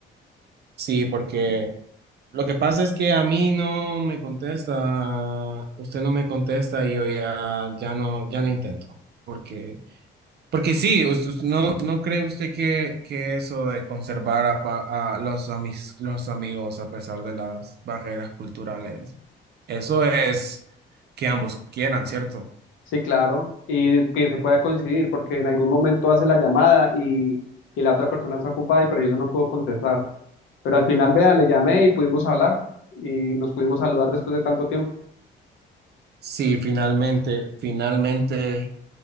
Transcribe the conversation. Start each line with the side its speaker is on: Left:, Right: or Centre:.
Right: Sí, porque lo que pasa es que a mí no me contesta, usted no me contesta y yo ya, ya no, ya no intento. Porque, porque sí, us- us- no, ¿no cree usted que, que eso de conservar a, pa- a los, amis- los amigos a pesar de las barreras culturales, eso es que ambos quieran, ¿cierto?
Left: Sí, claro. Y que se pueda coincidir porque en algún momento hace la llamada y, y la otra persona está ocupada y por eso no pudo contestar. Pero al final, vea, le llamé y pudimos hablar y nos pudimos saludar después de tanto tiempo.
Right: Sí, finalmente, finalmente.